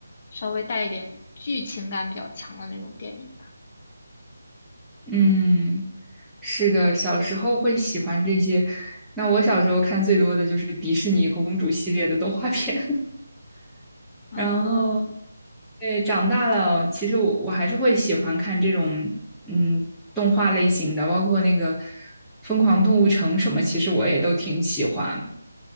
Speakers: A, on the left; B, in the centre.
A: 稍微带一点剧情感比较强的那种电影吧。
B: 嗯，是的，小时候会喜欢这些。那我小时候看最多的就是迪士尼公主系列的动画片。
A: 嗯。
B: 然后对，长大了，其实我我还是会喜欢看这种嗯动画类型的，包括那个《疯狂动物城》什么，其实我也都挺喜欢。